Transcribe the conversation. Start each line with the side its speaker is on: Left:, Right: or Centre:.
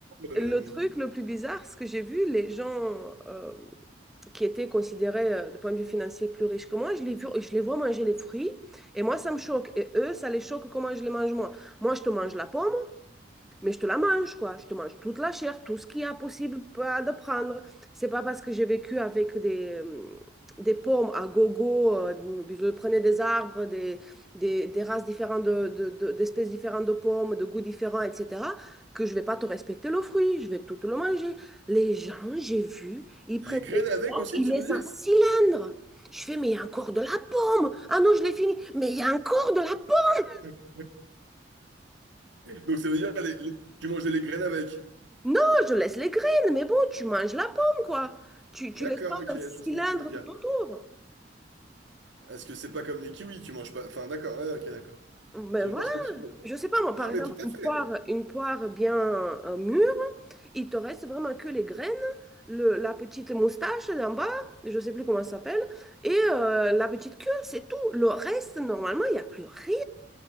Right: Le-
Centre: le truc le plus bizarre, ce que j'ai vu, les gens euh, qui étaient considérés euh, du point de vue financier plus riches que moi, je les, vu- je les vois manger les fruits et moi, ça me choque. Et eux, ça les choque comment je les mange moi. Moi, je te mange la pomme, mais je te la mange, quoi. Je te mange toute la chair, tout ce qu'il y a possible pas de prendre. C'est pas parce que j'ai vécu avec des, euh, des pommes à gogo, euh, je prenais des arbres, des, des, des races différentes, de, de- de- d'espèces différentes de pommes, de goûts différents, etc., que je vais pas te respecter le fruit, je vais tout le manger. Les gens, j'ai vu, ils
Right: Les
Centre: prennent
Right: graines
Centre: des
Right: avec
Centre: pommes,
Right: aussi,
Centre: ils
Right: tu
Centre: laissent
Right: veux dire?
Centre: un cylindre. Je fais, mais il y a encore de la pomme. Ah non, je l'ai fini. Mais il y a encore de la pomme.
Right: <laughs> Donc ça veut dire les- les- tu manges les graines avec.
Centre: Non, je laisse les graines, mais bon, tu manges la pomme, quoi. Tu, tu
Right: D'accord,
Centre: laisses pas
Right: ok,
Centre: un
Right: je
Centre: cylindre
Right: vois ce que tu veux dire.
Centre: tout autour.
Right: Est-ce que c'est pas comme les kiwis, tu manges pas. Enfin, d'accord, ouais, ok, d'accord.
Centre: Ben
Right: Je
Centre: voilà,
Right: vois ce que tu veux.
Centre: je sais pas moi,
Right: Non,
Centre: par exemple,
Right: mais tout à
Centre: une
Right: fait.
Centre: poire, une poire bien euh, mûre, il te reste vraiment que les graines, le, la petite moustache d'en bas, je sais plus comment ça s'appelle, et euh, la petite queue, c'est tout. Le reste, normalement, il n'y a plus rien.